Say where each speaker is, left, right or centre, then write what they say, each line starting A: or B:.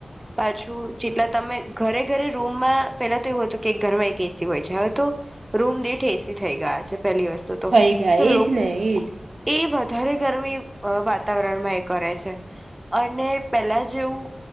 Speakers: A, on the right; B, on the right.
A: પાછું જેટલા તમે ઘરે ઘરે રૂમમાં પેલા તો એવું હતું કે એક ઘરમાં એક એસી હોય છે હવે તો, રૂમ દીઠ એસી થઈ ગયા છે. પેલી વસ્તુ તો,
B: થઈ ગયા
A: તો લોકો
B: એજ ને એજ
A: એ વધારે ગરમી વાતાવરણમાં એ કરે છે અને પેલા જેવું